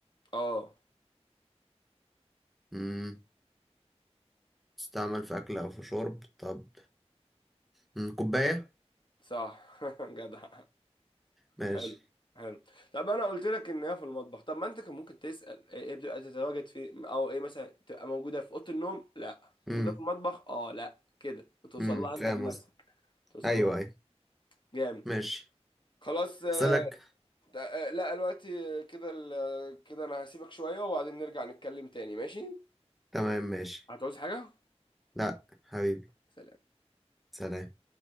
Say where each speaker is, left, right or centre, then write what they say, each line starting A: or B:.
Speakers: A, on the left; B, in the centre.
A: اه
B: مم. تستعمل في أكل أو في شرب طب مم. كوباية
A: صح <laughs> جدع
B: ماشي
A: حلو حلو طب انا قلت لك ان هي في المطبخ طب ما انت كان ممكن تسال ايه إيه بتبقى تتواجد في او ايه مثلا تبقى موجوده في اوضه النوم لا
B: مم.
A: موجوده في المطبخ اه لا كده وتوصل
B: مم.
A: لها انت
B: فاهم
A: بنفسك
B: قصدي
A: توصل
B: أيوه
A: لها
B: أيوه
A: جامد
B: ماشي
A: خلاص آه،
B: هسألك
A: آه، لا دلوقتي آه، كده ال- آه، كده انا هسيبك شويه وبعدين نرجع نتكلم تاني ماشي
B: تمام ماشي
A: هتعوز حاجه
B: لا حبيبي
A: سلام
B: سلام